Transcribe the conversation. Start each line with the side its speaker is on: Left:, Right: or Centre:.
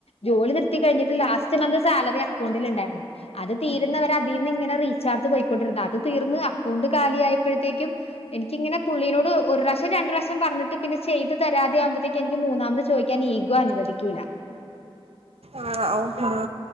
Left: ജോലി നിർത്തി കഴിഞ്ഞിട്ട് ലാസ്റ്റ് മന്ത് സാലറി അക്കൗണ്ടിൽ ഉണ്ടായിരുന്ന് അത് തീരുന്നവരെ അതീന്ന് ഇങ്ങനെ റീചാർജ് പോയിക്കോണ്ടിരുന്നു അത് തീർന്ന് അക്കൗണ്ട് കാലിയായപ്പഴത്തേക്കും എനിക്കിങ്ങനെ പുള്ളീനോട് ഒരു പ്രാവശ്യം രണ്ട് പ്രാവശ്യം പറഞ്ഞിട്ട് പിന്നെ ചെയ്ത് തരാതെ ആകുമ്പത്തേക്ക് എനിക്ക് മൂന്നാമത് ചോയി ക്കാൻ ഈഗോ അനുവദിക്കൂലാ
Right: ആഹ് ഓ ആഹ്